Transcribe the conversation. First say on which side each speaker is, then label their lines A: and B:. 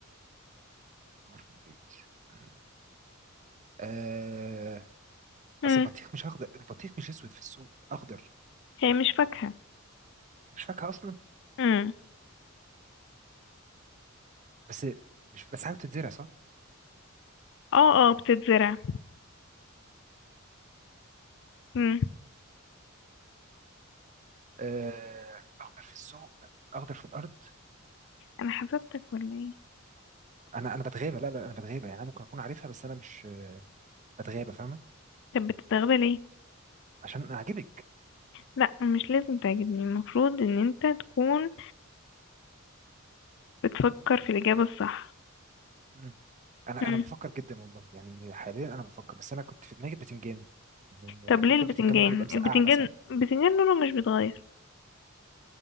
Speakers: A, on the right; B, on the left.
A: احمر في البيت آه آه،
B: مم.
A: اصل البطيخ مش اخضر البطيخ مش اسود في السوق اخضر
B: هي مش فاكهة
A: مش فاكهه اصلا
B: مم.
A: بس مش بس حاجه بتتزرع صح
B: اه اه بتتزرع مم.
A: آه، اخضر في السوق اخضر في الارض
B: أنا حسبتك ولا ايه
A: انا انا بتغابى لا لا انا بتغابى يعني انا ممكن اكون عارفها بس انا مش اتغابى فاهمه
B: طب بتتغلى ليه
A: عشان اعجبك
B: لا مش لازم تعجبني المفروض ان انت تكون بتفكر في الإجابة الصح
A: مم. انا
B: مم.
A: انا بفكر جدا والله يعني حاليا انا بفكر بس انا كنت في دماغي البتنجان يعني
B: طب ليه
A: قلت
B: البتنجان
A: البتنجان ممكن يبقى مسقعه
B: البتنجان
A: مثلا
B: البتنجان لونه مش بيتغير